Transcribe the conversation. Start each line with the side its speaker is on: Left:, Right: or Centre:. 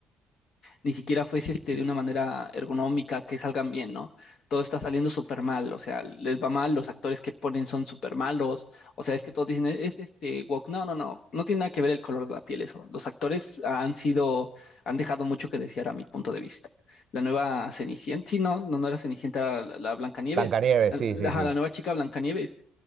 Left: ni siquiera fuese este, de una manera ergonómica que salgan bien, ¿no? Todo está saliendo súper mal, o sea, les va mal, los actores que ponen son súper malos, o sea, es que todos dicen, "E-, es este woke, no, no, no, no tiene nada que ver el color de la piel eso, los actores han sido, han dejado mucho que desear a mi punto de vista. La nueva Cenicienta, sí, no, no, no era Cenicienta, era la, la Blancanieves,
Right: Blancanieves,
Left: la,
Right: sí,
Left: la
Right: sí, sí.
Left: la nueva chica Blancanieves,